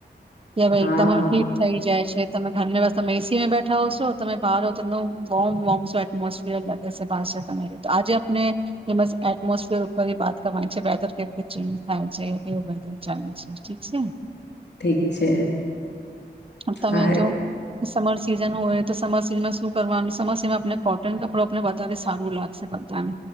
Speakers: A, on the right (about 30°); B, on the left (about 80°).
A: કે ભાઈદમ
B: હા
A: હિટ થઈ જાય છે. તમે ઘર બસ તમે એ સીમાં બેઠા હોશો તમે બહાર હો તમ વોર્મ વોર્મ શો એટમોસફિયર લાગે છે. <unintelligible> તો આજે આપને એ એટમોસફિર ઉપર વાત કરવાની છે વેધર કેવી રીતે ચેન્જ થાય છે કેવું વેધર ચાલે છે ઠીક છે.
B: ઠીક છે
A: તમે
B: હા.
A: જો સમર સીઝન હોય તો સમર સિઝનમાં શું કરવાનું સમર સિઝનમાં આપ કોટન કપડો આપ બધાને સારું લાગસે બધાને